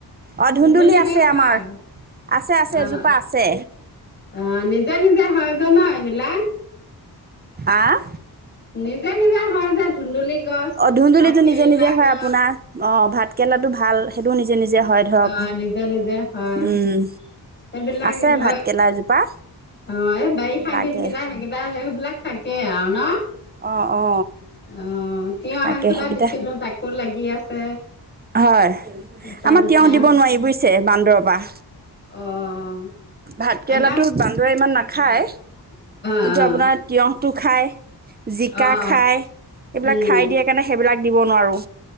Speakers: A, on the right (about 25°); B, on the left (about 25°).
A: অঁ
B: ধুন্দুলি
A: আছে
B: গছ
A: আমাৰ
B: হয়।
A: আছে আছে
B: অহ
A: এজোপা আছে
B: অহ নিজে নিজে হয় জানা এইবিলাক।
A: আহ
B: নিজে নিজে হয় যায় ধুন্দুলি। গছ
A: অ ধুন্দুলিটো
B: ভাত কেৰেলা
A: নিজে নিজে হয়
B: গছ
A: আপোনাৰ অ ভাত কেৰেলাটো ভাল সেইটো নিজে। নিযে নিযে। হয় ধৰক
B: অ নিজে নিজে হয়
A: উম
B: সেইবিলাক
A: আছে
B: হয়
A: ভাত কেৰেলা এজোপা।
B: অ এ বাৰিষা
A: লাগে
B: দিন কিটা হেকিটা। সেইবিলাক থাকে আৰু ন
A: অ অ
B: অ', তিয়হ
A: তাকে
B: এজোপা
A: সেইকেইটা
B: দিছিলো তাকো লাগি আছে।
A: হয়।
B: এটা
A: আমাৰ
B: দুটা
A: তিয়ঁহ দিব নোৱাৰি বুইছে বান্দৰৰ পাহ।
B: অ',
A: ভাত কেৰেলাটো
B: আমাৰ
A: বান্দৰে ইমান নাখায়।
B: উম, অ',
A: কিন্তু
B: অ',
A: আপোনাৰ তিয়ঁহ। টো খাই। জিকা
B: অ',
A: খাই এইবিলাক
B: উম,
A: খাই দিয়ে কাৰণে সেইবিলাক। দিব নোৱাৰোঁ।